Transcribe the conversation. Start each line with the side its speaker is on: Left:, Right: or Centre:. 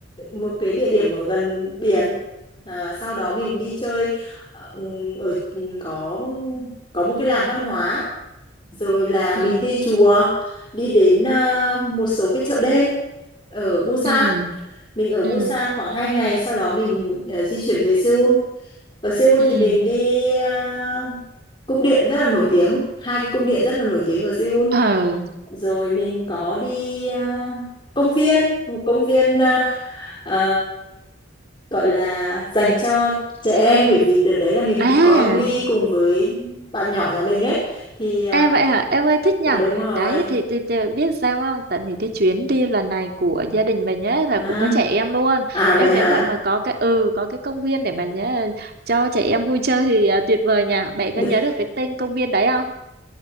Left: một cái địa điểm ở gần biển à, sau đó mình đi chơi ờ, ừ, ở ừ, có có một cái làng văn hóa rồi là
Right: Ừ.
Left: mình đi chùa đi đến à, một số cái chợ đêm ở Busan
Right: Ừ.
Left: mình ở Busan
Right: Ừ.
Left: khoảng hai ngày sau đó mình à, di chuyển về Seoul ở Seoul
Right: Ừ.
Left: thì mình đi à, cung điện rất là nổi tiếng hai cái cung điện rất là nổi tiếng ở Seoul
Right: Ừ.
Left: rồi mình có đi à, công viên một công viên à, à, gọi là dành cho trẻ em bởi vì đợt đấy là mình
Right: À.
Left: cũng có đi cùng với bạn nhỏ nhà mình ấy thì à,
Right: Em vậy hả? Em ơi thích nhở?
Left: Ừ, đúng rồi
Right: Đấy thì, thì, thì biết sao không? Tại vì cái chuyến đi lần này của gia đình mình ấy là
Left: À,
Right: cũng có trẻ em luôn.
Left: à vậy
Right: Em
Left: hả?
Right: nếu vậy mà có cái ừ có cái công viên để mà nhớ, ờ, cho trẻ em vui chơi thì à, tuyệt vời nhỉ. Bạn
Left: Đ-
Right: có nhớ được cái tên công viên đấy không?